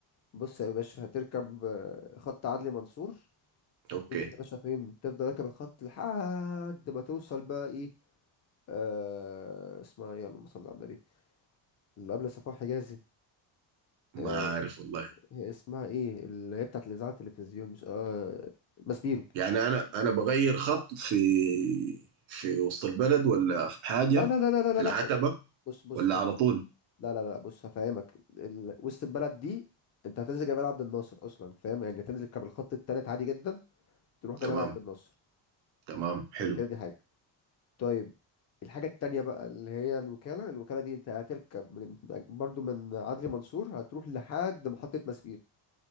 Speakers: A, on the left; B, on the right.
A: بص يا باشا هتركب آه، خط عدلي منصور
B: اوكي
A: تنزل يا باشا فين تفضل راكب الخط لحد ما توصل بقى ايه آه اسمها ايه اللهم صل على النبي اللي قبل صفوان حجازي
B: ما
A: آه
B: عارف والله
A: هي اسمها ايه اللي هي بتاعت الاذاعه التلفزيون مش اه ماسبيرو
B: يعني انا
A: ماسبيرو
B: انا بغير خط في في وسط البلد ولا في حاجة
A: لا لا لا لا لا
B: في العتبة
A: لا لا. بص بص
B: ولا
A: بص
B: على طول
A: لا لا لا بص هفهمك ال... وسط البلد دي انت هتنزل جبال عبد الناصر اصلا فاهم يعني هتنزل كاب الخط التالت عادي جدا تروح جبال
B: تمام
A: عبد الناصر
B: تمام حلو
A: دي كده دي حاجة طيب الحاجة التانية بقى اللي هي الوكالة الوكالة دي انت هتركب من برضو من عدلي منصور هتروح لحد محطة مسبير